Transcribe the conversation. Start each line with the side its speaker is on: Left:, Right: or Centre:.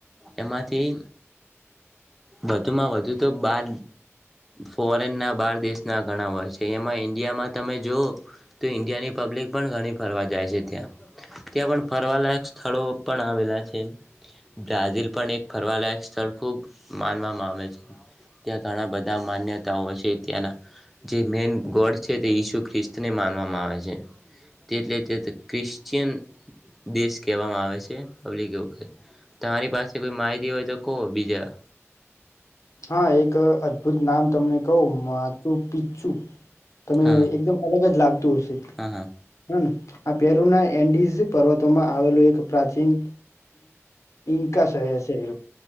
Centre: એમાંથી વધુમાં વધુ તો બા ફોરેનના બાર દેશના ઘણા હોય છે એમાં ઈન્ડિયામાં તમે જોઓ તો ઈન્ડિયાની પબ્લિક પણ ઘણી ફરવા જાય છે ત્યાં ત્યાં પણ ફરવાલાયક સ્થળો પણ આવેલા છે બ્રાઝિલ પણ એક ફરવાલાયક સ્થળ ખૂબ માનવામાં આવે છે ત્યાં ઘણા બધા માન્યતાઓ છે ત્યાંના જે મેન ગોડ છે તે ઈસુ ખ્રિસ્તને માનવામાં આવે છે તેટલે તે ક્રિશ્ચિયન દેશ કહેવામાં આવે છે પબ્લિક વ તમારી પાસે કોઈ માહિતી હોય તો કહો બીજા
Left: હા એક નામ તમને કહ માચું પીચું તમે
Centre: હા
Left: એકદમ અલગ જ લાગ આ
Centre: હા હા
Left: પેરુ ના એન્ડઝ પર્વતોમાં આવેલું એક પ્રાચીન ઈન્કા શહેર છે એ